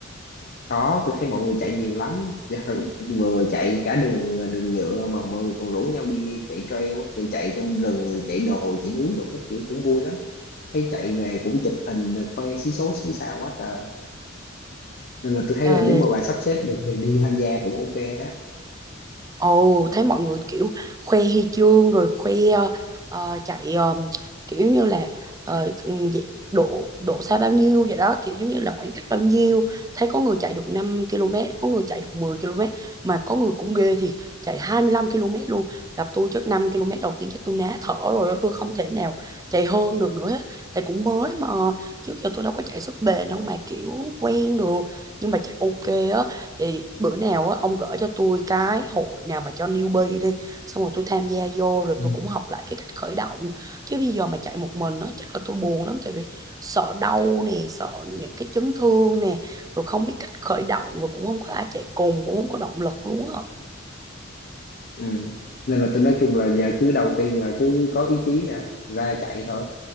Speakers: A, on the left; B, on the right.
A: có tôi thấy mọi người chạy nhiều lắm <laughs> vừa chạy cả đường đường nhựa mà mọi người còn rủ nhau đi chạy trail á, kiểu chạy trong rừng rồi chạy đồi chạy núi rồi cái kiểu cũng vui lắm thấy chạy về cũng chụp hình rồi khoe xí số xí xào quá trời nên là tôi thấy là
B: Ê,
A: nếu mà bà sắp xếp được thì đi tham gia cũng ok á
B: Ồ, thấy mọi người kiểu khoe huy chương rồi khoe ờ, ờ, chạy ờ, kiểu như là ờ, ừm, dị- độ độ xa bao nhiêu vậy đó, kiểu giống như là khoảng cách bao nhiêu. Thấy có người chạy được 5 km, có người chạy được 10 km mà có người cũng ghê thì chạy 25 km luôn. Gặp tôi chắc 5 km đầu tiên chắc tôi ná thở rồi, tôi không thể nào chạy hơn được nữa hết. Tại cũng mới mà trước giờ tôi đâu có chạy sức bền đâu mà kiểu quen được nhưng mà chắc ok á thì bữa nào á ông gửi cho tôi cái hội nào mà cho newbie đi xong rồi tôi tham gia vô rồi
A: ừ.
B: tôi cũng học lại cái cách khởi động chứ bây giờ mà chạy một mình nó chắc là tôi buồn lắm tại vì sợ đau nè sợ những cái chấn thương nè rồi không biết cách khởi động rồi cũng không có ai chạy cùng cũng không có động lực luôn á
A: ừ. nên là tôi nói chung là giờ cứ đầu tiên là cứ có ý chí đã ra chạy thôi